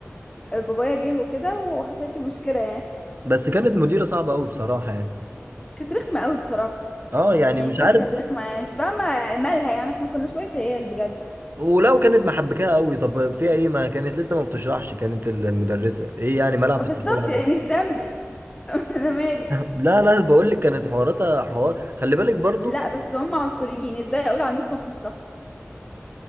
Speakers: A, on the left; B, on the right.
A: آه، بابايا جه وكده وحصلت لي مشكلة يعني
B: بس كانت مديرة صعبة قوي بصراحة يعني
A: كانت رخمة قوي بصراحة
B: اه يعني
A: يعني
B: مش
A: بجد
B: عارف
A: كانت رخمة يعني مش فاهمة مالها يعني احنا كنا شوية عيال بجد
B: ولو كانت محبكاه قوي طب فيها ايه ما كانت لسه ما بتشرحش كانت ال- المدرسه ايه يعني ملعب
A: آه،
B: في
A: بالظبط
B: التليفون عندي
A: يعني مش ذنبي <laughs> انا مالي
B: <laughs> لا لا بقول لك كانت حواراتها حوار خلي بالك برضو
A: لا بس هم عنصريين ازاي اقول على المس ما بتشرحش